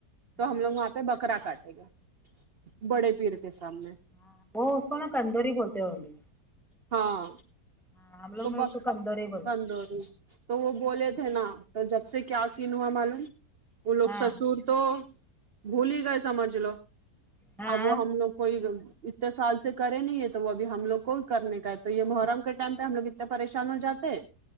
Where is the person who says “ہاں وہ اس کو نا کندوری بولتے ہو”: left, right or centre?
Centre